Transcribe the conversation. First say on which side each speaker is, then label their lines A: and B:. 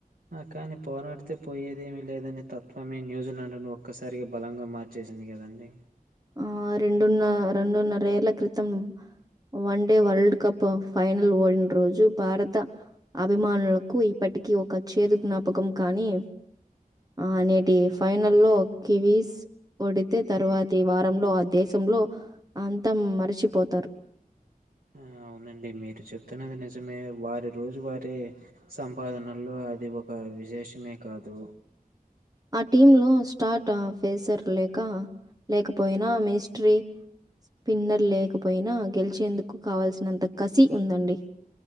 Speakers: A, on the right; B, on the right.
A: కానీ పోరాడితే పోయేదేమీ లేదనే తత్వమే న్యూజిలాండ్ను ఒక్కసారిగా బలంగా మార్చేసింది కదండి
B: ఆ రెండున్న రెండున్నర ఏళ్ల క్రితం one day world cup final ఓడిన రోజు భారత అభిమానులకు ఇప్పటికీ ఒక చేదు జ్ఞాపకం కానీ ఆ నేటి ఫైనల్లో కివీస్ ఓడితే తర్వాత ప్రతి వారంలో ఆ దేశంలో అంత మరిచిపోతారు
A: ఆ అవునండి మీరు చెప్తున్నది నిజమే వారి రోజు వారి సంపాదనలో అది ఒక విశేషమే కాదు
B: ఆ టీ లో స్టార్ట్ ఫేసర్ లేక లేకపోయినా మిస్ట్రీ స్పిన్నర్ లేకపోయినా గెలిచేందుకు కావాల్సినంత కసి ఉందండి